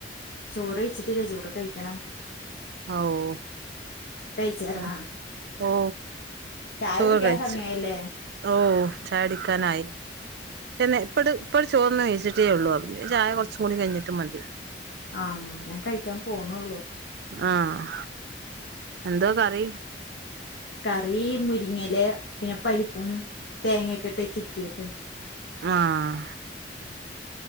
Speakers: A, on the left; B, on the right.
A: ചോറ് കഴിച്ചിട്ടില്ല ചോറ് കഴിക്കണം
B: ഓ ഓ
A: കഴിച്ചായിരുന്നാ
B: ആ ഒ
A: ചായ
B: ചോറ്
A: കുടിക്കാൻ
B: കഴിച്ചു
A: സമയായല്ലേ
B: ഓ ചായകുടിക്കാനായി പിന്നെ ഇപ്പട് ഇപ്പ ചോറ്ന്ന് കഴിച്ചിട്ടേ ഉള്ളൂ അപിന്നെ ചായ കുറച്ച് കൂടി കഴിഞ്ഞിട്ട് മതി
A: ആഹ് ഞാൻ കഴിക്കാൻ പോണുള്ളൂ
B: ആഹ് എന്തോ കറി
A: കറി മുരിങ്ങെല് പിന്നെ പരിപ്പും തേങ്ങൊക്കെ ഇട്ട് ചിക്കിട്ട്
B: ആഹ്